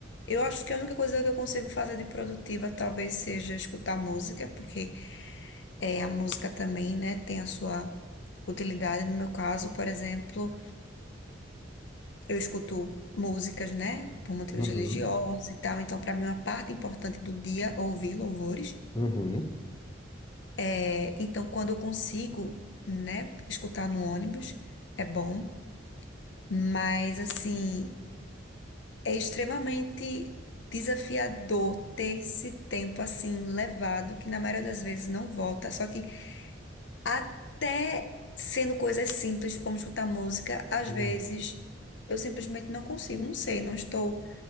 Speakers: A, on the left (about 65°); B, on the left (about 25°).
A: Eu acho que a única coisa que eu consigo fazer de produtiva talvez seja escutar música, porque é, a música também, né, tem a sua utilidade. No meu caso, por exemplo. Eu escuto músicas, né, por motivos
B: Uhum,
A: religiosos e tal, então para mim uma parte importante do dia é ouvir louvores.
B: uhum,
A: É, então quando eu consigo, né, escutar no ônibus é bom, mas assim, é extremamente desafiador ter esse tempo assim levado, que na maioria das vezes não volta, só que até sendo coisas simples como escutar música, às
B: uhum,
A: vezes eu simplesmente não consigo, não sei, não estou